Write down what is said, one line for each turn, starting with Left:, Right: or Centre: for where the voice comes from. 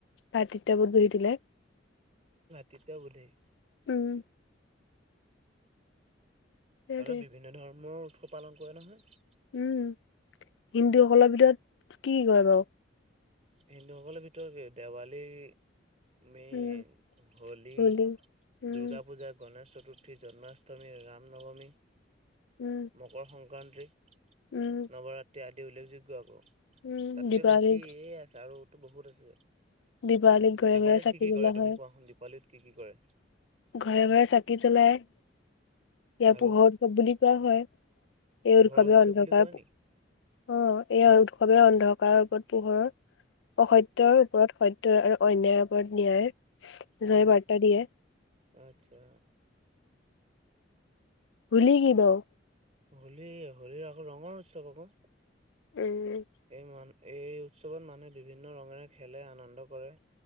Left: ভাতৃত্ববোধ গঢ়ি তোলে
Right: তেতিয়া বোলেই
Left: উম। সেইটোৱে
Right: ভাৰতত বিভিন্ন ধৰ্মৰ উৎসৱ পালন কৰে নহয়।
Left: উম হিন্দুসকলৰ ভিতৰত কি বাৰু
Right: হিন্দুসকলৰ ভিতৰত দেৱালী মেইন
Left: উম
Right: হলী,
Left: হোলী উম
Right: দুৰ্গা পূজা, গণেশ চতুৰ্থী জন্মাষ্টমী, ৰাম নৱমী,
Left: উম
Right: মকৰ সংক্ৰান্তি।
Left: উম
Right: নৱৰাত্ৰি আদি উল্লেখযোগ্য আকৌ
Left: উম
Right: তাতকে
Left: দীপাৱলীত
Right: বেছি আছে আৰুতো বহুত আছে।
Left: দীপাৱলীত ঘৰে
Right: দীপাৱালীত
Left: ঘৰে চাকি
Right: কি কি
Left: জ্বলোৱা
Right: কৰে তুমি
Left: হয়
Right: কোৱা চোন দীপাৱালীত কি কি কৰে?
Left: ঘৰে ঘৰে চাকি জ্বলাই। ইয়া
Right: আৰু
Left: পোহৰ উৎসৱ বুলি কোৱা হয়, এই
Right: পোহৰৰ
Left: উৎসৱে
Right: উৎসৱ
Left: অন্ধকাৰ
Right: বুলি কয় নি
Left: অ এই উৎসৱে অন্ধকাৰ ওপৰত পোহৰৰ অসত্যৰ ওপৰত সত্য ৰ আৰু অন্যাৰ ওপৰত ন্যায়
Right: উম
Left: বাৰ্তা দিয়ে।
Right: আচ্ছা।
Left: হলী কি বাও?
Right: হলী- হলীৰ আকৌ ৰঙৰ উৎসৱ আকৌ।
Left: উম
Right: এই মান এই উৎসৱত মানুহে বিভিন্ন ৰঙেৰে খেলে আনন্দ কৰে।